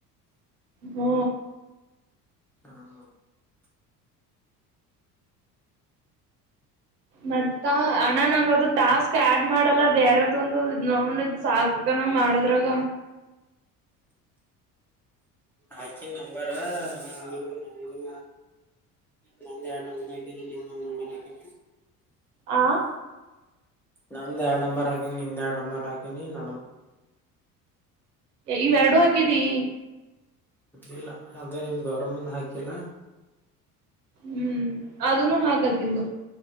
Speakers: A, on the right; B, in the centre.
A: ಹ್ಮ
B: ಹಾ
A: ಮತ್ತ ಅಣ್ಣ ನಂಗ ಟಾಸ್ಕ್ ಆಡ್ ಮಾಡಲ್ಲ ಬೇರೆ ಯ್ದ ಒಂದು ನದು ಸಾಕನಂಗ ಮಾಡದ್ರಾಗ
B: ಹಾಕನ್ ನಂಬಾರ ನಿಮ್ದ ನಂದು ನಂದ ಎರಡು ನಂಬರ ಹಕ ಇ ನಂಬರ ಆಕಿ
A: ಆ
B: ನಂದು ಹ್ಯಾಡ್ ನಂಬರ್ ಹಾಕೀನಿ ಎರಡು ನಂಬರ್ ಹಾಕೀನಿ ನಾನು
A: ಇವೆರಡುಹಾಕಿದಿ
B: ಇಲ್ಲ ಅದು ನಿಮ್ ಗೌರಮ್ಮಮುಂದ ಹಾಕಿಲ್ಲ
A: ಹ್ಮ್ ಅದನು ಹಾಗಾಕಂದು